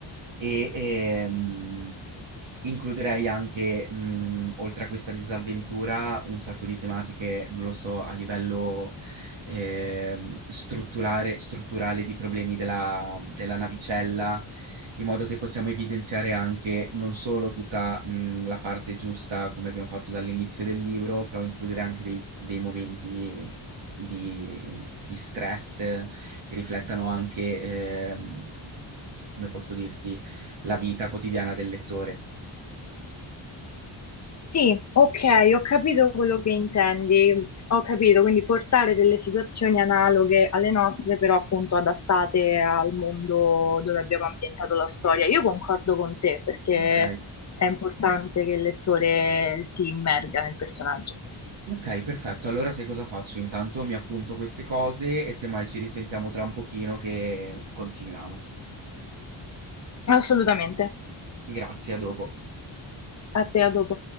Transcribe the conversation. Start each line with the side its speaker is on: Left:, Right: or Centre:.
Right: E ehm, Includerei anche, mhmm, oltre a questa disavventura, un sacco di tematiche, non lo so, a livello, ehm, strutturare strutturale di problemi della della navicella, in modo che possiamo evidenziare anche non solo tutta, mhmm, la parte giusta come abbiam fatto dall'inizio del libro, però includere anche dei dei momenti di di stress eh, che riflettano anche, ehm, come posso dirti, la vita quotidiana del lettore.
Left: Sì, ok, ho capito quello che intendi, ho capito, quindi portare delle situazioni analoghe alle nostre, però appunto adattate al mondo dove abbiamo ambientato la storia. Io concordo con te perché
Right: Ok,
Left: è importante che il lettore si immerga nel personaggio.
Right: ok, perfetto. Allora sai cosa faccio? Intanto mi appunto queste cose e semmai ci risentiamo tra un pochino che continuiamo.
Left: Assolutamente.
Right: Grazie, a dopo.
Left: A te, a dopo.